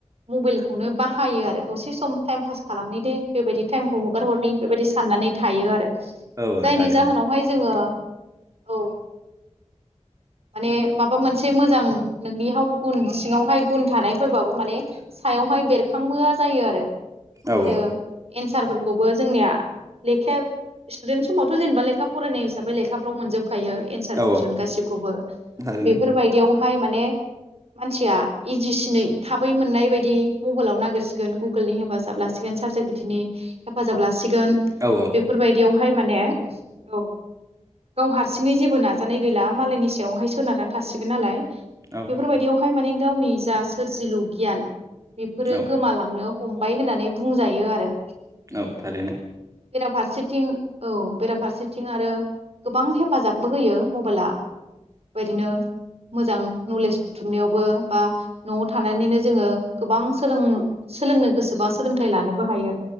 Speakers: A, on the right; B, on the right.
A: मबाइलखौनो बाहायो आरो दसे सम टाइम पास खालामनो दे बेबायदि टाइमखौ हगार हरनि बेबायाददि साननानै थायो आरो
B: औ
A: जायनि
B: थारैनो
A: जाहोनावहाय जोङो औ माने माबा मोनसे मोजां नोंनि हाव गुन सिङावहाय गुन थानायफोरबाबो माने सायावहाय बेरखांबोआ जायो आरो
B: औ
A: आरो एन्सारफोर खौबो जोंनिया लेखाया स्टुडेन्ट समावथ जेनेबा लेखा फरायनाय हिसाबै लेखाफ्राव मोनजोब खायो एन्सार
B: औ
A: कुइसन
B: औ
A: गासिखौबो
B: थारैनो
A: बेफोर बायदियाव हाय माने मानसिया इजिसिनै थाबै मोननाय बायदि मबाइलाव नागिरसिगोन गुगोलनि हेफाजाब लासिगोन सात जि पि ति नि। हेफाजाब लासि सिगोन
B: औ
A: बेफोरबायदियाव हाय माने औ गाव हारसिङै जेबो नाजानाय गैला मालायनि सायावहाय सोनारनानै थासिगोन नालाय।
B: औ
A: बेफोर बायदियावहाय माने गावनि जा सोरजिलु गियान बेफोरो
B: औ
A: गोमालांनो हमबाय होननानै बुंजायो आरो
B: औ थारैनो
A: बेराफारसेथिं औ बेराफारसेथिं आरो गोबां हेफाजाबबो होयो माव बोला बेबायदिनो। मोजां नलेज बुथुमनायावबो बा नत थानानैनो जोङो गोबां सोलों सोलोंनो गोसोबा सोलोंथाइ लानोबो हायो।